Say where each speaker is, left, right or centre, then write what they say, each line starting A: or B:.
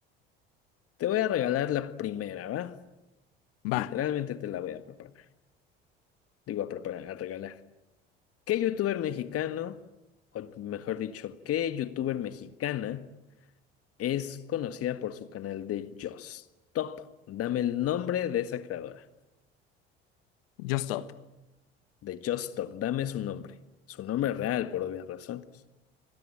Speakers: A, on the left; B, on the left.
A: Te voy a regalar la primera, ¿va?
B: va,
A: Literalmente te la voy a preparar. Digo, a preparar, a regalar. ¿Qué youtuber mexicano, o mejor dicho, qué youtuber mexicana es conocida por su canal de Just Top? Dame el nombre de esa creadora.
B: yo stop.
A: de Just Stop. Dame su nombre. Su nombre real, por obvias razones.